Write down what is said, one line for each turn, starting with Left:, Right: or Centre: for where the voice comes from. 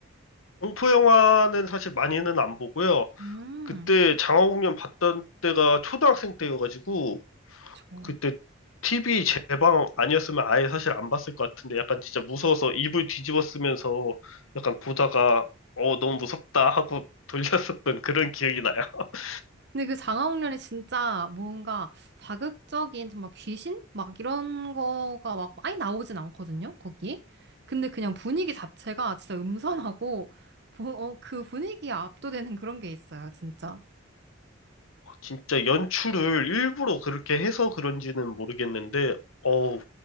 Left: 공포 영화는 사실 많이는 안 보고요.
Right: 음,
Left: 그때 장화공연 봤던 때가 초등학생 때여가지고
Right: 그렇죠.
Left: 그때 TV 제방 아니었으면 아예 사실 안 봤을 것 같은데 약간 진짜 무서워서 이불 뒤집어 쓰면서 약간 보다가 어 너무 무섭다 하고 <laughs> 돌렸었던 그런 기억이 나요. <laughs>
Right: 근데 그 장화홍련이 진짜 뭔가 자극적인 정말 귀신? 막 이런 거가 막 많이 나오진 않거든요, 거기. 근데 그냥 분위기 자체가 진짜 음산하고, 뭐, 어, 그 분위기에 압도되는 그런 게 있어요, 진짜.
Left: 진짜 연출을 일부러 그렇게 해서 그런지는 모르겠는데 어우